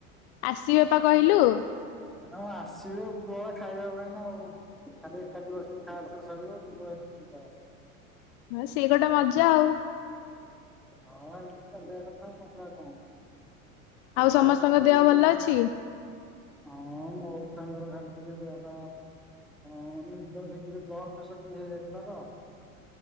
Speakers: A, on the left; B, in the centre.
A: ଆସିବା ପା କହିଲୁ।
B: ହଁ ଆସିବୁ ଉପରଳା ଖାଇବା ପାଇଁନା ଆଉ ଖାଲି ଏକାଟି ବସି <unintelligible>
A: ହଁ ସିଏ ଗୋଟେ ମଜା ଆଉ।
B: ହଁ ବା ଏମିତି ଚାଲିବା କଥା ମଜା କଣ? ଆଉ ତମ
A: ସମସ୍ତଙ୍କ
B: ଛାତ
A: ଦେହ
B: ଉପରେ
A: ଭଲ
B: ତମେ
A: ଅଛି?
B: ହଁ ମୋର ସାଙ୍ଗର ଖାଲି ଟିକେ ଦେହପା ହଁ ନିଦ ଠିକରେ ବ୍ଲଡ଼୍ ପ୍ରେସର ଟିକେ ହେଇଯାଇଥିଲା ତ।